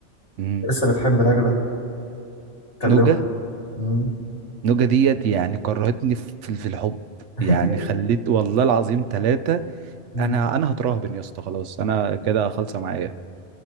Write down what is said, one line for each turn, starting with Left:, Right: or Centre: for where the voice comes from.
Right: <laughs> مم.
Left: لسه بتحب نجلة كلمها
Right: نوجه
Left: مم.
Right: نوجه ديت يعني كرهتني في في الحب
Left: <laughs>
Right: يعني خليت والله العظيم ثلاثة
Left: مم.
Right: انا انا هتراهبن يا اسطى خلاص انا كده خالصه معايا